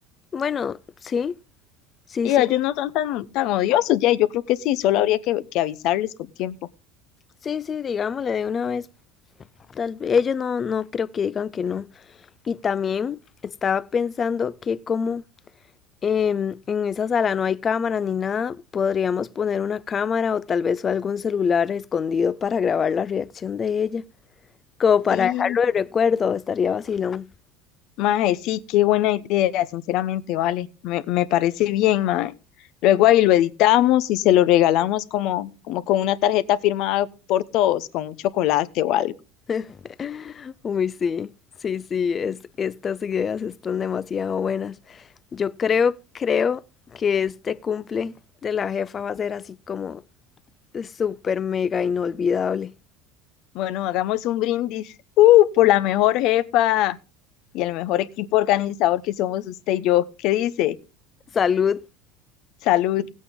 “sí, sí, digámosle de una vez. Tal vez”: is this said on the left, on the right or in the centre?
Left